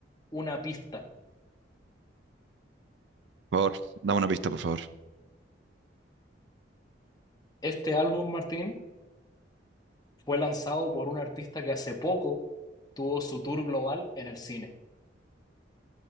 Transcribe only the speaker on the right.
Por favor, dame una pista, por favor.